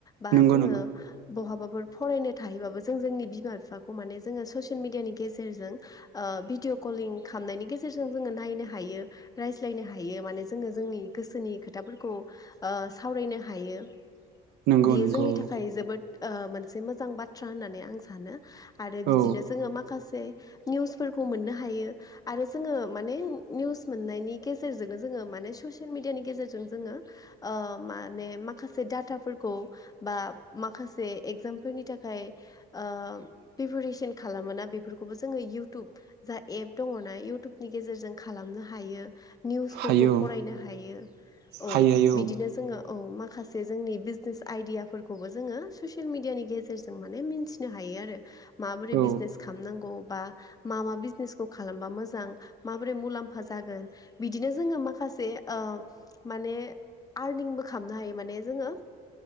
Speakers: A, on the left; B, on the right.
A: बा
B: नंगौ
A: जोङो
B: नंगौ
A: बहाबाफोर फरायनो थाहैबाबो जों जोंनि बिमा बिफाखौ माने जोङो ससियेल मिडियानि गेजेरजों ओ भिडिअ कलिं खालामनायनि गेजेरजों जोङो नायनो हायो रायज्लायनो हायो माने जोङो जोंनि गोसो गावसोनि खोथाफोरखौ ओ सावरायनो हायो।
B: नंगौ
A: बियो
B: नंगौ
A: जोंनि
B: औ
A: थाखाय जोबोद ओ मोनसे मोजां बाथ्रा होननानै आं सानो। आरो बिदिनो
B: औ
A: जोङो माखासे निउसफोरखौ मोननो हायो आरो जोङो माने निउस मोननायनि गेजेरजोंनो जों माने ससियेल‌ मिदियानि गेजेरजों ओ माने माखासे‌ दाथा फोरखौ बा माखासे जे एगजामफोरनि थाखाय ओ प्रिपेरेसन खालामोना बेफोरखौबो जोङो इयउटुब जा एप दङना इउटुबनि गेजेरजों खालामनो हायो। निउसफोरखौ
B: हायो औ
A: फरायनो हायो औ
B: हायो हायो
A: बिदिनो जोङो। औ माखासे जोंनि बिजनेस आइडियाफोरखौबो जोङो ससियेल मिडियानि गेजेरजों माने मिथिनो हायो आरो माबोरै
B: औ
A: बिजनेस खालामनांगौ। बा मा मा बिजने खालामबा मोजां माबोरै मुलाम्फा जागोन बिदिनो जोङो माखख माखासे ओ माने आरनिं बो खामनो हायो जोङो।